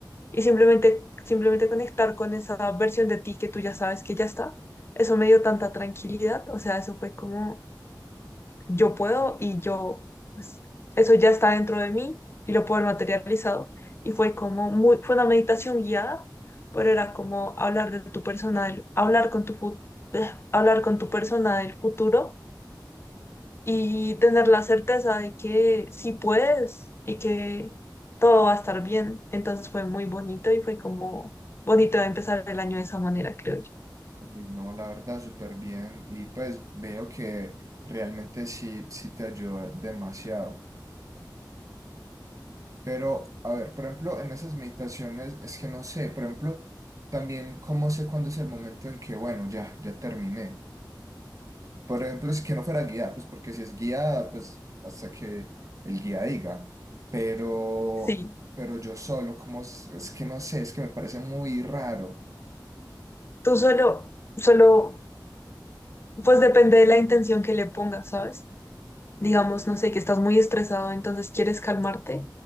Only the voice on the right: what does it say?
Uy, No, la verdad, súper bien. Y pues veo que realmente sí, sí te ayuda demasiado. Pero, a ver, por ejemplo, en esas meditaciones, es que no sé, por ejemplo, también cómo sé cuándo es el momento en que, bueno, ya, ya terminé. Por ejemplo, si que no fuera guiada pues porque si es guiada pues hasta que el guía diga. Pero,
pero yo solo, como es, es que no sé, es que me parece muy raro.